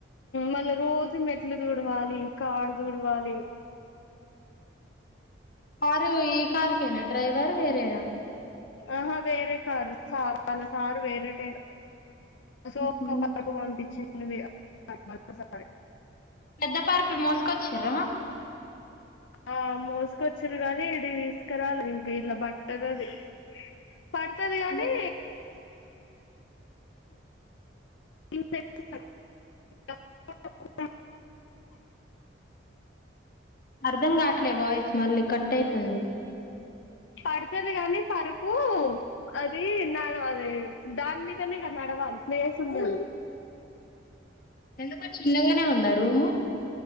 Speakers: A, on the left (about 75°); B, on the left (about 45°).
A: మల్ల రో జు మెట్లు తుడవాలి కారు దుడవాలి
B: కారు ఈ కార్కేన డ్రైవర్ వేరే <unintelligible>
A: ఆహా వేరే కారు సారు వాళ్ళ సారు వేరే అసోకు
B: హ్మ్
A: పంపించింది ఇగ <unintelligible>
B: పెద్ద <unintelligible> మోసుకొచ్చార
A: ఆ మోసుకొచ్చారు గానీ ఇడికి తీసుకురాల ఇంకా ఇలా బట్టద అది పడతది గానీ
B: ఎందుకు
A: <inaudible>
B: అర్ధం కావట్లే వాయిస్ మళ్ళీ కట్ అయితుంది
A: పడుతది గాని పరుపు అదిన్నాడు అది దాని మీదనే కదా ప్లేస్ంది
B: ఎందుకో చిన్నగానే ఉందా రూము